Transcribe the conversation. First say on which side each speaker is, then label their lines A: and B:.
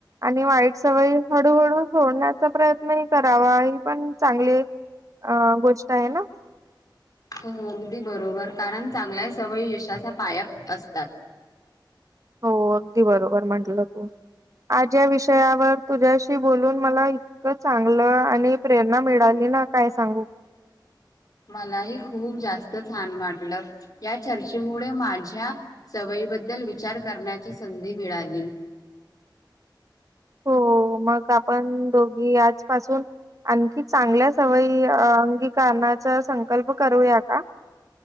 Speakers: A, on the right (about 40°); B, on the left (about 50°).
A: आणि वाईट सवय हळूहळू सोडण्याचा प्रयत्नही करावा ही पण चांगली अं गोष्ट आहे ना
B: हो अगदी बरोबर कारण चांगल्या सवय यशाचा पायाच असतात
A: हो अगदी बरोबर म्हटलं तू. आज ह्या विषयावर तुझ्याशी बोलून मला इतकं चांगलं आणि प्रेरणा मिळाली. काय सांगू
B: मलाही खूप जास्त छान वाटलं, या चर्चेमुळे माझ्या सवयी. बद्दल विचार करण्याची संधी मिळाली.
A: हो मग आपण दोघी आजपासून, आणखी चांगल्या सवयी अंगीकरणाचा संकल्प करूया का. <unintelligible>